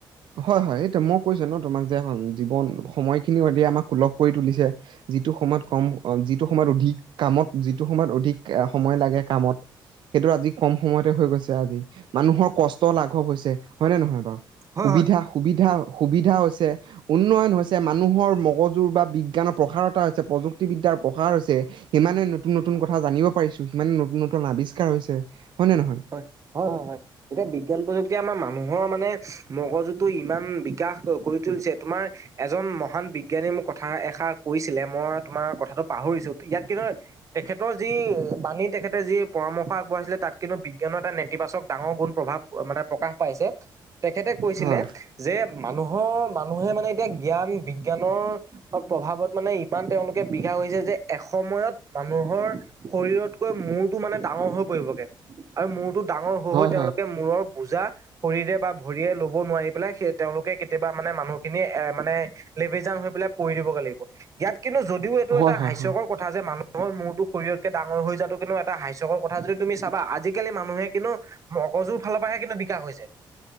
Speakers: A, on the right; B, on the right.
A: হয় হয়, এইটো মই কৈছো ন তোমাক যে এ জীৱন সময়খিনিও আমাক সুলভ কৰি তুলিছে যিটো সময়ত কম অ, যিটো সময়ত অধিক কামত যিটো সময়ত অধিক সময় লাগে কামত সেইটো আজি কম সময়তে হৈ গৈছে আজি। মানুহৰ কষ্ট লাঘৱ হৈছ, হয় নে নহয় বাৰু?
B: হয়
A: সুবিধা,
B: হয়
A: সুবিধা সুবিধা হৈছে, উন্নয়ন হৈছে, মানুহৰ মগজুৰ বা বিজ্ঞানৰ প্ৰসাৰতা হৈছে, প্ৰযুক্তি বিদ্যাৰ াৰ প্ৰসাৰ হৈছে, সিমানে নতুন নতুন কথা জানিব পাৰিছো, সিমানে নতুন নতুন আৱিষ্কাৰ হৈছে। হয় নে নহয়
B: হয়, হয় হয় হয়, এতিয়া বিজ্ঞান প্ৰযুক্তি এতিয়া আমাৰ মানুহৰ মানে মগজুতটো ইমান বিকাশ কৰি তুলিছে, তোমাৰ এজন মহান বিজ্ঞানীয়ে মোক কথা এষাৰ কৈছিলে, মই তোমাৰ কথাটো পাহৰিছো। ইয়াত কি ধৰ তেখেতৰ যি বাণী, তেখেতে যি পৰামৰ্শ আগবঢ়াইছিলে তাত কিন্তু বিজ্ঞানৰ এটা নেতিবাচক ডাঙৰ গুণ প্ৰভাৱ মানে প্ৰকাশ পাইছে তেখেতে কৈছিলে,
A: হয়
B: যে মানুহৰ মানুহে মানে এতিয়া জ্ঞান বিজ্ঞানৰ প্ৰভাৱত মানে ইমান তেওঁলোকে বিঘা হৈছে যে, এখ সময়ত মানুহৰ শৰীৰতকৈ মূৰটো মানে ডাঙৰ হৈ পৰিবগে। আৰু মূৰটো ডাঙৰ হৈ
A: হয়
B: হৈ তেওঁলোকে মূৰৰ বুজা, শৰীৰে বা ভৰিয়ে লব নোৱাৰি পেলাই সেই তেওঁলোকে কেতিয়াবা মানে মানুহখিনি এ মানে লেভিজান হৈ পেলাই পৰি দিবগে লাগিব। ইয়াত কিন্তু যদিও
A: হয়
B: এইটো এটা
A: হয়
B: হাস্যকৰ
A: হয়
B: কথা যে মানুহ হৰ মোৰটো শৰীৰতকে ডাঙৰ হৈ যোৱাটো কিন্তু এটা হাস্যকৰ কথা, যদি তুমি চা বা আজিকালি মানুহে কিন্তু মগজুৰ ফালৰ পৰাহে কিন্তু বিকাশ হৈছে।